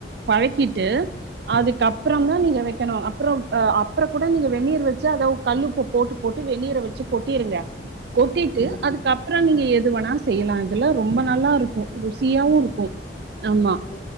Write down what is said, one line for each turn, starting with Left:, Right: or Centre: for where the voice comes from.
Right: பழக்கிட் ட்டு
Left: ஓ
Right: அதுக்கப் றோந்தா நீங்க வெக்கணு அப்றோ அப்றோ கூட நீங்க வெண்ணீர் வச்சு அத கல்லுப்பு போட்டு போட்டு வெண்ணீர் வச்சு கொட்டிருங்க கொட்டிட்டு
Left: ம்ஹும்
Right: அதுக்கப்பறோ நீங்க எது வேணா செய்யலா இதுல ரொம்ப நல்லா இருக் கு ருசியாவு இருக்கு, ஆமா
Left: ஓ